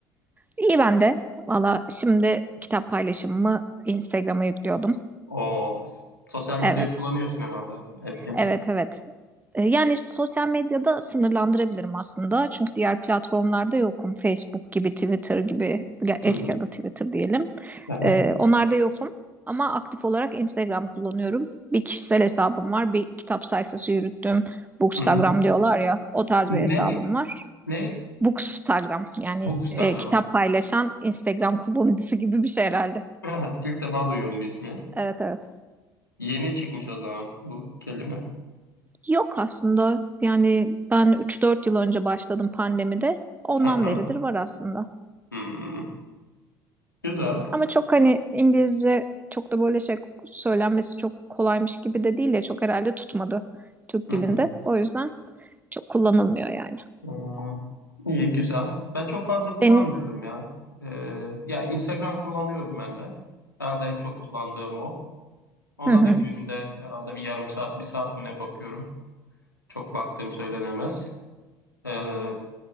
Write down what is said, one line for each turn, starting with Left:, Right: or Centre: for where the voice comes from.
Right: İyi ben de. Valla şimdi kitap paylaşımımı Instagram'a yüklüyordum.
Left: O sosyal medyayı
Right: Evet,
Left: kullanıyorsun herhalde. Etkin.
Right: evet, evet. E, Yani işte sosyal medyada sınırlandırabilirim aslında. Çünkü diğer platformlarda yokum. Facebook gibi, Twitter gibi, ya eski
Left: Hı hı.
Right: adı Twitter diyelim.
Left: Aha.
Right: E, onlarda yokum. Ama aktif olarak Instagram kullanıyorum. Bir kişisel hesabım var. Bir kitap sayfası yürüttüm. Bookstagram
Left: Hı hı.
Right: diyorlar ya. O tarz
Left: Ne?
Right: bir hesabım var.
Left: Ne?
Right: Bookstagram yani
Left: Bookstagram.
Right: e, kitap paylaşan Instagram kullanıcısı gibi bir şey herhalde.
Left: Aha, <clears throat> İlk defa duyuyorum bu ismi.
Right: Evet evet.
Left: Yeni çıkmış o zaman bu kelime.
Right: Yok aslında yani ben üç dört yıl önce başladım pandemide. Ondan
Left: Hı hı.
Right: beridir var aslında.
Left: Hı. Güzel.
Right: Ama çok hani İngilizce çok da böyle şey söylenmesi çok kolaymış gibi de değil ya çok herhalde tutmadı Türk
Left: Hı
Right: dilinde.
Left: hı.
Right: O yüzden çok kullanılmıyor yani.
Left: Ee, iyi, güzel. Ben çok fazla
Right: Senin
Left: kullanmıyorum ya. Ee, yani Instagram kullanıyorum ben de. Herhalde en çok kullandığım o. Ona
Right: <laughs>
Left: da günde herhalde bir yarım saat, bir saat mi ne bakıyorum. Çok baktığım söylenemez. Ee,